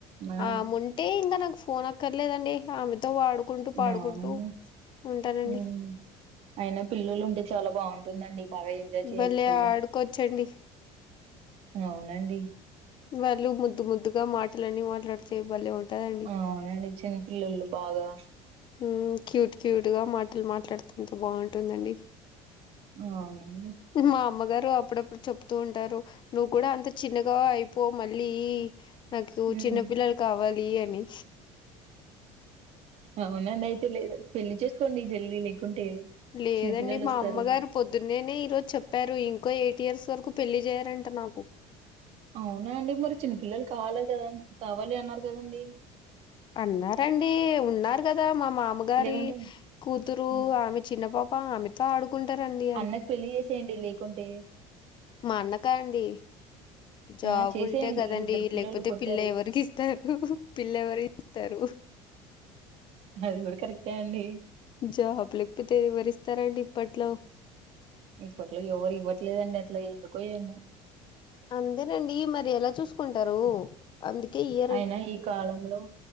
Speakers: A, on the right; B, on the left.
A: ఆ
B: ఆముంటే ఇంకా నాకు ఫోన్ అక్కర్లేదండి ఆమెతో ఆడు కుంటూ పాడుకుంటూ
A: అవును
B: ఉంటానండి
A: ఉమ్. అయినా పిల్లల్లుంటే చాలా బాగుంటుందండి బాగా ఎంజాయ్ చేయొచ్చు
B: భలే ఆడుకోవచ్చండి
A: అవునండి
B: వాళ్ళు ముద్దు ముద్దుగా మాటలన్ని మాట్లాడుత్ టే భలే ఉంటదండీ
A: అ అవునండి చిన్నపిల్లోల్లు బాగా
B: ఉ క్యూట్ క్యూట్ గా మాటలు మాట్లాడుతే ఎంత బాగుంటుందండి
A: అవునండి
B: మా అమ్మగారు అప్పుడప్పుడు చెప్తూ ఉంటారు నువ్ కూడా అంత చిన్నగా అయిపో మళ్ళీ నాకు
A: హ్మ్
B: చిన్నపిల్లలు కావాలి అని
A: అవునండి అయితే మీరు పెళ్లి చేసుకోండి జల్ది లేకుంటే
B: లేదండి
A: చిన్న పిల్లలు
B: మా
A: వస్తారు
B: అమ్మగారు పొద్దున్నేనే ఈ రోజ్ చెప్పారు ఇంకో ఎయిట్ ఇయర్స్ వరకు పెళ్లి చేయారంట నాకు
A: అవునా అండి మరి చిన్నపిల్లలు కావాలే కదా కావాలి అన్నారు కదండి
B: అన్నారండి ఉన్నారు కదా మా మామగారి
A: లేకుంటే
B: కూతురు
A: హ్మ్.
B: ఆమె చిన్న పాప ఆమెతో ఆడుక్ కుంటరండి
A: అన్నక్ పెళ్లి చేసేయండి లేకుంటే
B: మా అన్నకా అండి జాబ్
A: ఆ చేసేయండి
B: ఉంటే కదండి
A: ఇద్దరు పిల్లోల్లు
B: లేకపోతే
A: పుడతారు
B: పిల్ల ఎవరికి ఇస్తారు పిల్ల ఎవరు ఇస్తారు
A: అది కూడా కరెక్టే అండి
B: జాబ్ లేకపోతే ఎవరిస్తారు అండి ఇప్పట్లో
A: ఇప్పట్లో ఎవరు ఇవ్వట్లేదండి అట్లా ఎందుకో ఏమో
B: అందరూ అండి మరి ఎలా చూసుకుంటారు అందుకే ఇయ
A: అయినా ఈ కాలంలో